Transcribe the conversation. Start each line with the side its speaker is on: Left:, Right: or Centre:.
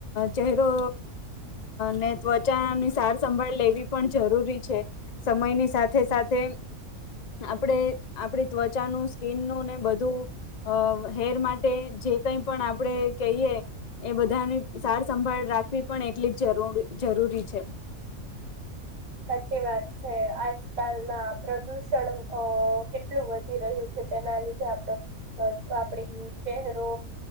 Left: ચહેરો ને ત્વચા સાર સંંભાળ લેવી પણ જરૂરી છે, સમયની સાથે સાથે અપડે આપણી ત્વચાનું સ્કીનનું ને, બધું હેર માટે જે કઈ પણ આપણે કહીએ એ બધાની સાર સંંભાળ રાખવી પણ એટલી જરૂર રી છે.
Right: સાચી વાત છે, આજકાલમાં પ્રદુષણ અ કેટલું વધ વધી રહ્યું છે, તેના લીધે આપડ આપણે ચેહેરો